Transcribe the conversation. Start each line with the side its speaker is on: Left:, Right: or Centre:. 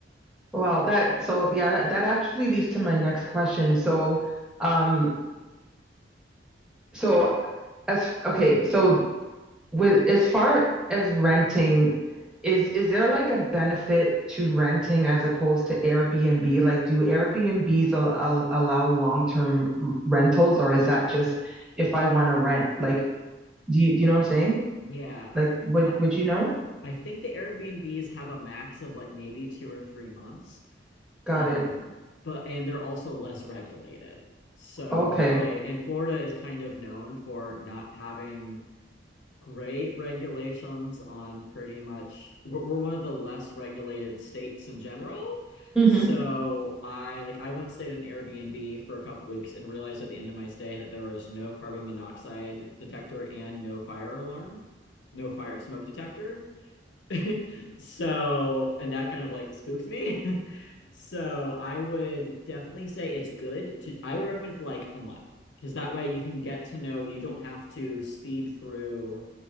Centre: Wow, that so yeah, that, that actually leads to my next question. So, um, so as okay, so with as far as renting, is is there like a benefit to renting as opposed to Airbnb? Like, do Airbnbs al al allow long-term r- rentals, or is that just if I want to rent? Like, do you, do you know what I'm saying?
Left: Yeah.
Centre: Like, would
Left: I
Centre: would you know?
Left: I think the Airbnbs have a max of like maybe two or three months.
Centre: Got
Left: Um,
Centre: it.
Left: but and they're also less regulated. So
Centre: Okay.
Left: I and Florida is kind of known for not having great regulations on pretty much we're, we're one of the less regulated states in general.
Centre: Mm-hmm.
Left: So I like I once stayed in Airbnb for a couple weeks and realized at the end of my stay that there was no carbon monoxide detector and no fire alarm, no fire smoke detector. <laughs> So, and that kind of like spooked me. <laughs> So, I would definitely say it's good to, I would recommend it for like a month because that way you can get to know, you don't have to speed through.